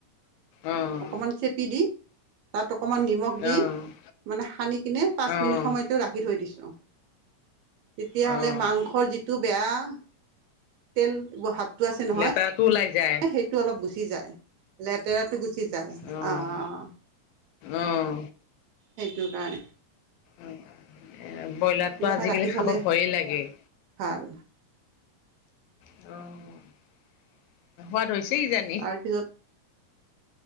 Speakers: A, on the left; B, on the right.
A: অ'।
B: অকমান চেপি দি, তাত অকমান নিমখ
A: অ',
B: দি মানে সানি কিনে পাঁচ
A: অ',
B: মিনিট সময়তো ৰাখি থৈ দিছো। তেতিয়াহ'লে
A: অ',
B: মাংসৰ যিটো বেয়া তেল ভাৱটো আছে নহয়
A: <unintelligible> ওলাই যায়।
B: সেইটো অলপ গুচি যায় লেতেৰাটো গুচি যায়
A: উম
B: অ',
A: উম।
B: সেইটোৰ কাৰণে।
A: এ বইলাৰটো
B: এনেকৈ
A: আজিকালি
B: ৰাখি থ'লে
A: খাব ভয়ে লাগে। অ
B: ভাল।
A: সোৱাদ হৈছে কিজানি?
B: তাৰপিছত